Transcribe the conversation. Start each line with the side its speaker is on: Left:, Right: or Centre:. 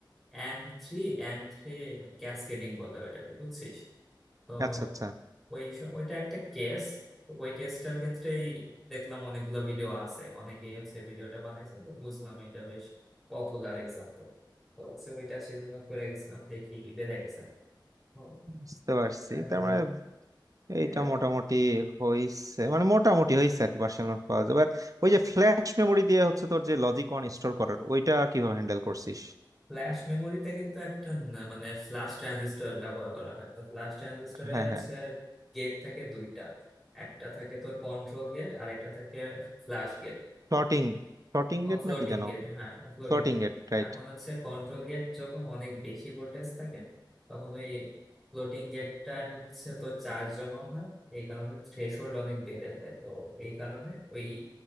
Centre: and three and three cascading বলে ওইটাকে বুঝছিস তো
Right: আচ্ছা আচ্ছা
Centre: ওই স- ওইটা একটা কেস ওই কেসটার ক্ষেত্রেই দেখলাম অনেকগুলো ভিডিও আছে অনেকেই হচ্ছে ভিডিওটা বানাইছে তো বুঝলাম এটা বেশ পপুলার এক্সাম্পল তো হচ্ছে ওইটা সেজন্য করে গেছিলাম দেখি বেড়ে গেছে হুম,
Right: বুঝতে পারছি
Centre: দেখা
Right: তার
Centre: যাক
Right: মানে এইটা
Centre: এটা
Right: মোটামুটি হইছে মানে মোটামুটি হইছে আর কি পার্সোনাল নোট পাওয়া যাবে আর ওই যে ফ্ল্যাশ মেমোরি দিয়ে হচ্ছে তোর যে লজিক অন স্টোর করার ওইটা কিভাবে হ্যান্ডেল করছিস
Centre: ফ্ল্যাশ মেমোরিতে কিন্তু একটা ন- মানে ফ্ল্যাশ ট্রানজিস্টর ব্যবহার করা হয় তো ফ্ল্যাশ ট্রানজিস্টরে
Right: হ্যাঁ
Centre: হচ্ছে
Right: হ্যাঁ
Centre: গেট থাকে দুইটা একটা থাকে তোর কন্ট্রোল গেট আর একটা থাকে ফ্ল্যাশ গেট
Right: প্লটিং প্লটিং গেট
Centre: ফ্লোটিং
Right: নাকি যেন
Centre: গেট হ্যাঁ ফ্লোটিং
Right: Plotting
Centre: গেট
Right: gate right
Centre: এখন হচ্ছে কন্ট্রোল গেট যখন অনেক বেশি ভোল্টেজ থাকে তখন ওই ফ্লোটিং গেটটা হচ্ছে তো চার্জ জমা হয় এই কারণে থ্রেশহোল্ড অনেক বেড়ে যায় তো এই কারণে ওই